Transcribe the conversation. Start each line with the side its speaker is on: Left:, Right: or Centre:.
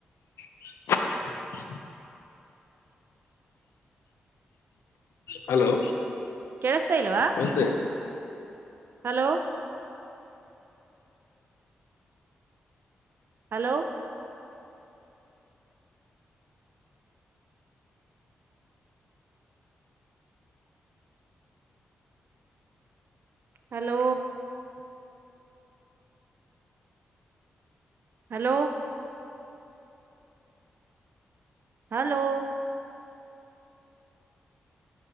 Left: <inaudible> ಹಲೋ
Right: ಕೇಳಿಸತಾ ಇಲ್ವಾ
Left: ನಮಸ್ತೆ.
Right: Hello hello hello hello hello